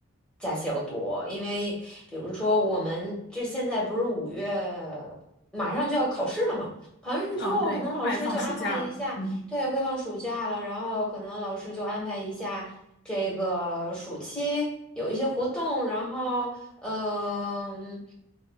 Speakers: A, in the centre; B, on the left.
A: 假期要多，因为比如说我们这现在不是五月马上就要考试了嘛，考完试之后可能老师就安排一下，
B: 啊，对，快放暑假了。嗯，
A: 对，快放暑假了，然后可能老师就安排一下这个暑期有一些活动，然后呃嗯。